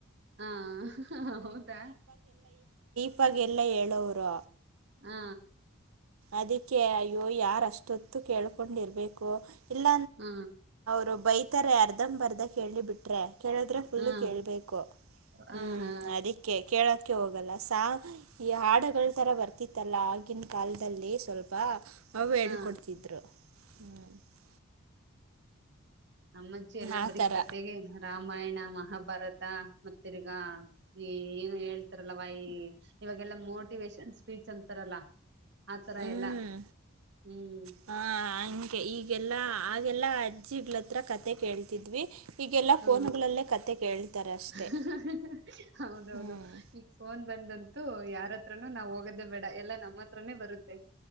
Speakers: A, on the right; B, on the right.
A: ಹಾ ಅಹ್ ಹ್ ಹ್ ಹೌದಾ
B: ಪ್ಪಾಗೆಲ್ಲ ಹೇಳವ್ರು.
A: ಹಾ
B: ಅದಕ್ಕೆ ಅಯ್ಯೋ ಯಾರ್ ಅಷ್ಟೊತ್ತು ಕೇಳ್ಕೊಂಡಿರ್ಬೇಕು ಇಲ್ಲ
A: ಹ್ಮ
B: ರು ಬೈತಾರೆ ಅರ್ಧಂಬರ್ಧ ಕೇಳಿ ಬಿಟ್ರೆ. ಕೇಳಿದ್ರೆ ಫುಲ್ಲು
A: ಹಾ
B: ಕೇಳ್ಬೇಕು
A: ಹ
B: ಹ್ಮ್
A: ಹಾ
B: ಅದಿಕ್ಕೆ ಕೇಳ ಕೆ ಹೋಗಲ್ಲ ಸಾ ಈ ಹಾಡಗಳ ತರ ಬರ್ತಿತ್ತಲ್ಲ ಆಗಿನ್ ಕಾಲದಲ್ಲಿ ಸ್ವಲ್ಪ ಅವು ಹೇಳ್ಕೊಡ್ತಿದ್ರು
A: ಹ
B: ಹ್ಮ್
A: ನಮ್ಮಜ್ಜಿ ಎಲ್ಲಾ
B: ಆ
A: ಬರೀ
B: ಥರ
A: ಕತೆಗೆ ರಾಮಾಯಣ ಮಹ್ ಹ ಭರತ ಮತ್ತಿರ್ಗ ಈ ಏನು ಹೇಳ್ತಾರಲ್ಲ ವಾಯ ಇವಾಗೆಲ್ಲ ಮೋಟಿವೇಶನ್ ಸ್ಪೀಚ್ ಅಂತಾರಲ್ಲ ಆತರ
B: ಹ್ಮ್
A: ಎಲ್ಲ ಹ್ಮ್
B: ಹಾ ಹಂಗೆ ಈಗೆಲ್ಲ ಆಗೆಲ್ಲ ಅಜ್ಜಿಗಳತ್ರ ಕತೆ ಕೇಳ್ತಿದ್ವಿ ಈಗೆಲ್ಲ
A: ಹಾ
B: ಫೋನುಗಳಲ್ಲೇ ಕತೆ ಕೇಳ್ತಾರೆ ಅಷ್ಟೆ
A: ಅಹ್ ಹ್ ಹ್ ಹ್ ಹೌದೌದು
B: ಹ್ಮ್
A: ಈಗ ಫೋನ್ ಬಂದಂತು ಯಾರ ಹತ್ರನು ನಾವ್ ಹೋಗೋದೇ ಬೇಡ ಎಲ್ಲ ನಮ್ಮ ಹತ್ರನೇ ಬರುತ್ತೆ.